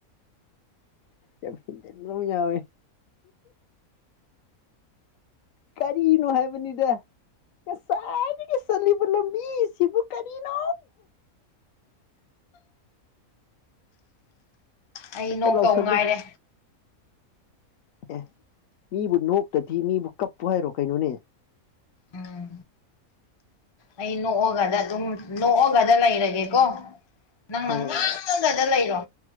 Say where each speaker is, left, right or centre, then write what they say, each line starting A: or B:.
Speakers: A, on the left; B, on the left.
A: ꯌꯥꯝ ꯍꯦꯟꯖꯟꯕ ꯑꯝ ꯌꯥꯎꯋꯦ ꯀꯔꯤꯅꯣ ꯍꯥꯏꯕꯅꯤꯗ ꯀꯁꯥꯏꯗꯒꯤ ꯆꯜꯂꯤꯕ ꯂꯝꯕꯤ ꯑꯁꯤꯕꯨ ꯀꯔꯤꯅꯣ
B: ꯑꯩ
A: ꯍꯦꯛꯇ
B: ꯅꯣꯛꯇꯧ
A: ꯂꯥꯎꯁꯜꯂꯨ
B: ꯉꯥꯏꯔꯦ
A: ꯑꯦ ꯃꯤꯕꯨ ꯅꯣꯛꯇꯗꯤ ꯃꯤꯕꯨ ꯀꯞꯄꯨ ꯍꯥꯏꯔꯣ ꯀꯩꯅꯣꯅꯦ
B: ꯎꯝ ꯑꯩ ꯅꯣꯛꯑꯒꯗ ꯑꯗꯨꯝ ꯅꯣꯛꯑꯒꯗ ꯂꯩꯔꯒꯦꯀꯣ ꯅꯪꯅ
A: ꯍꯣꯏ
B: ꯉꯥꯡꯉꯒꯗ ꯂꯩꯔꯣ